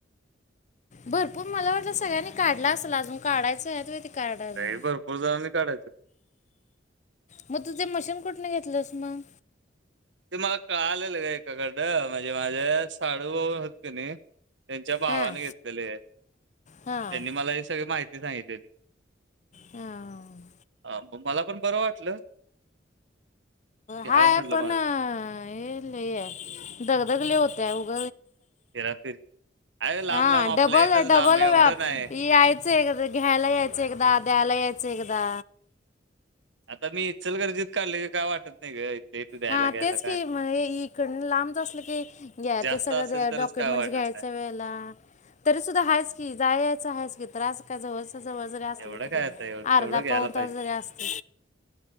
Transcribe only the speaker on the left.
भरपूर मला वाटलं सगळ्यांनी काढला असेल अजून काढयचंय काढा ना.
मग तु ते मशीन कुठून घेतलंस मग?
हां
हां
हां
हाय
पण
हे लय हाय दगदग लय होत्या उग
हा
डबल
डबल
व्याप
याय च एकदा घ्यायला यायचं एकदा द्यायला यायचं एकदा.
हा
तेच की
म्हण इकड लांब जर असाल की
ते सगळं
डॉक्युमेंट्स
घ्यायचा
वेळ ला तरी सुद्धा आहेच की जायच आहे की त्रास का जवळ जवळ जरी असलं
तरी
अर्धा
पावता
जरी असत